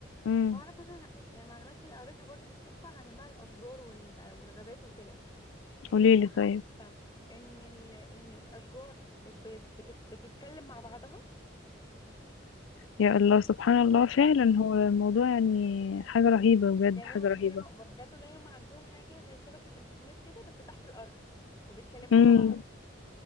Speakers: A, on the left; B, on the left.
A: امم
B: واعرف مثلا يعني معلومات كده قريتها برضو بالصدفه عن بقى الاشجار وال- والغابات وكده طب
A: قولي
B: انت
A: لي طيب
B: عارفه ان ال... ان الاشجار بت... بت... بت... بتتكلم مع بعضها
A: يا الله سبحان الله فعلا هو الموضوع يعني حاجة رهيبة بجد
B: يعني
A: حاجة
B: هما بيتكلموا
A: رهيبة
B: بجد والله هما عندهم حاجه كده زي شبكه انترنت كده بس تحت الارض وبيتكلموا
A: امم
B: مع بعض